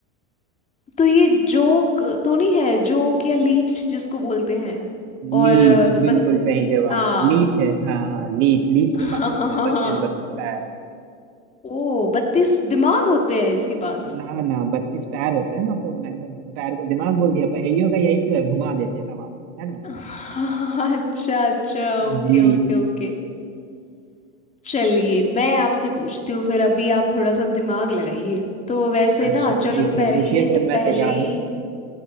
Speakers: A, on the left; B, on the right.
A: तो ये जोक तो नहीं है जोक या लीच जिसको बोलते हैं
B: लीच
A: और अ, बंद
B: बिल्कुल सही जवाब
A: हाँ
B: लीच है हाँ हाँ लीच लीच के
A: <laughs> हाँ
B: पास होते
A: हाँ हाँ
B: हैं बत्तीस
A: हाँ
B: बत्तीस पैर
A: ओ बत्तीस दिमाग होते हैं इसके पास
B: ना ना बत्तीस पैर होते हैं ना तो मैंने पैर को दिमाग बोल दिया पहेलियों का यही तो है घुमा देते हैं सवाल है
A: <laughs>
B: ना
A: अच्छा अच्छा ओके
B: जी
A: ओके ओके चलिए मैं आपसे पूछती हूँ फिर अभी आप थोड़ा सा दिमाग लगाइए तो वैसे
B: अच्छा
A: ना चलो
B: ठीक
A: मैं पहले
B: है पूछिए
A: हिंट
B: फिर मैं
A: पहले
B: तैयार
A: ही
B: हूँ